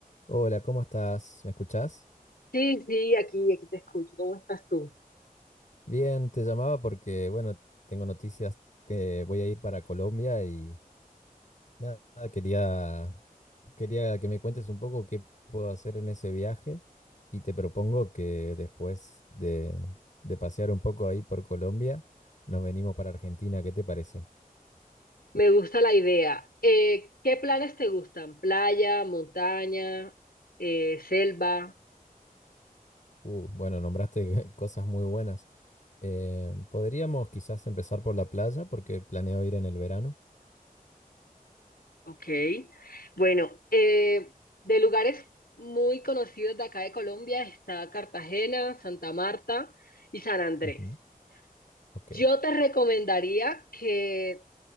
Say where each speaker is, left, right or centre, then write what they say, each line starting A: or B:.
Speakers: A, on the left; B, on the left.
A: Hola, ¿cómo estás? ¿Me escuchás?
B: Sí, sí, aquí, aquí te escucho. ¿Cómo estás tú?
A: Bien, te llamaba porque, bueno, tengo noticias, te voy a ir para Colombia y nada, quería, quería que me cuentes un poco qué puedo hacer en ese viaje y te propongo que después de, de pasear un poco ahí por Colombia, nos venimos para Argentina, ¿qué te parece?
B: Me gusta la idea. Eh, ¿qué planes te gustan? ¿Playa, montaña, eh, selva?
A: Uh, bueno, nombraste <laughs> cosas muy buenas. Eh, podríamos quizás empezar por la playa porque planeo ir en el verano.
B: Ok. Bueno, eh, de lugares muy conocidos de acá de Colombia está Cartagena, Santa Marta y San Andrés.
A: Ujú, Ok,
B: Yo te recomendaría que